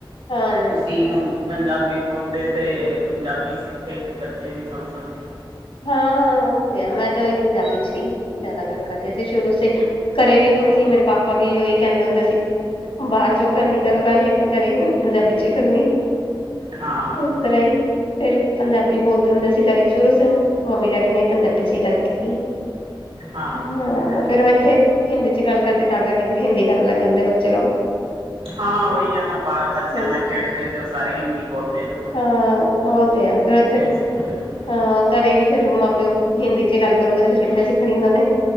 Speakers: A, on the left; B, on the right.
A: ਹਾਂ
B: ਤੁਸੀਂ ਹ ਪੰਜਾਬੀ ਬੋਲਦੇ ਤੇ ਪੰਜਾਬੀ ਸਿੱਖਣਗੇ ਬੱਚੇ ਵੀ ਸੁਣ-ਸੁਣ ਕੇ।
A: ਹਾਂ ਓ ਤੇ ਆ ਮੈਂ ਤੇ ਉਹੀ ਪੰਜਾਬੀ ਚ ਹੀ ਜ਼ਿਆਦਾ ਗੱਲ ਕਰਦੀ ਆ, ਅਸੀ ਸ਼ੁਰੂ ਸੇ ਘਰੇ ਵੀ ਉੱਥੇ
B: ਹਾਂ
A: ਸੀ ਮੇਰੇ ਪਾਪਾ ਵੀ ਉਹੀ ਕਹਿੰਦੇ ਹੁੰਦੇ ਸੀ ਬਾਹਰ ਜੋ ਕਰਨੀ
B: ਹਾਂਜੀ।
A: ਕਰੋ ਗੱਲ, ਲੇਕਿਨ ਘਰੇ ਪੰਜਾਬੀ ਚ ਕਰਨੀ।
B: ਹਾਂ
A: ਇਸ ਤਰ੍ਹਾਂ ਹੀ ਫੇਰ ਪੰਜਾਬੀ ਬੋਲਦੇ ਹੁੰਦੇ ਸੀ ਘਰੇ ਸ਼ੁਰੂ ਸੇ ਮੰਮੀ ਡੈਡੀ ਨੇ ਵੀ ਪੰਜਾਬੀ ਚ ਹੀ ਗੱਲ ਕੀਤੀ,
B: ਹਾਂ
A: ਹਾਂ
B: ਉਹ ਤੇ ਹੈ
A: ਫੇਰ ਉਹ ਇੱਥੇ ਹਿੰਦੀ ਚ ਗੱਲ ਕਰਦੇ ਤਾਂ ਕਰਕੇ ਫਿਰ ਹਿੰਦੀ ਕਰਨ ਲੱਗ ਜਾਂਦੇ ਬੱਚੇ ਨਾਲ।
B: ਹਾਂ ਉਹੀ ਆ ਨਾ ਬਾਹਰ ਬੱਚਿਆਂ
A: ਹੁਣ
B: ਨਾਲ ਖੇਡਦੇ ਤੇ ਉਹ ਸਾਰੇ ਹਿੰਦੀ ਬੋਲਦੇ ਜੋ।
A: ਹਾਂ ਉਹ ਤੇ ਆ ਫੇਰ ਉੱਥੇ
B: ਸਿੱਖ ਜਾਂਦੇ
A: ਹਾਂ ਘਰੇ ਵੀ ਫੇਰ ਮਾਂ ਪਿਓ ਹਿੰਦੀ ਚ ਗੱਲ ਕਰੂਗਾ ਤੇ ਫਿਰ ਕਿੱਥੇ ਸਿੱਖਣੀ ਉਹਨਾਂ ਨੇ।